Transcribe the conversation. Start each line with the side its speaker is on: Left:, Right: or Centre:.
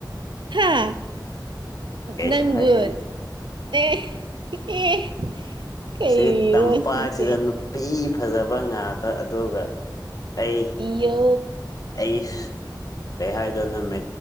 Right: ꯍꯥ
Left: ꯀꯩꯁꯨ
Right: ꯅꯪꯕꯨ
Left: ꯍꯥꯏꯗꯦꯗ
Right: ꯑꯦ ꯑꯦ ꯀꯩꯔꯣ
Left: ꯁꯤ ꯇꯝꯄꯥꯥꯁꯖ
Right: ꯁꯤꯁꯦ
Left: ꯅꯨꯄꯤ ꯐꯖꯕ ꯉꯥꯇ ꯑꯗꯨꯒ ꯑꯩ
Right: ꯏꯌꯣ
Left: ꯑꯩ ꯦ ꯍꯥꯏꯗꯣꯅ ꯃꯦ